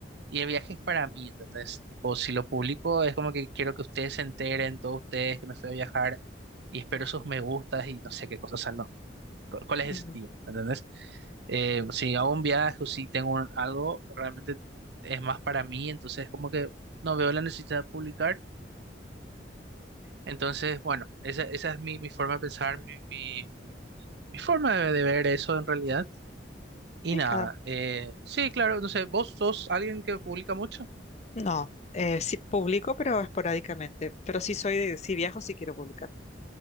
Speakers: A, on the right; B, on the left.
A: y el viaje es para mí, ¿entendés? Tipo, si lo publico es como que quiero que ustedes se enteren, todos ustedes, que me fui a viajar y espero sus me gustas y no sé qué cosas, o sea, no, cu- ¿cuál es
B: mm,
A: el sentido? ¿Entendés? Eh, si hago un viaje o si tengo un- algo, realmente es más para mí, entonces como que no veo la necesidad de publicar. Entonces, bueno, esa, esa es mi, mi forma de pensar, mi, mi, mi, mi- mi forma de, de ver eso en realidad. Y
B: pica.
A: nada, eh, sí, claro, no sé, vos sos alguien que publica mucho.
B: No, eh, sí publico, pero esporádicamente. Pero sí soy de, si viajo, sí quiero publicar.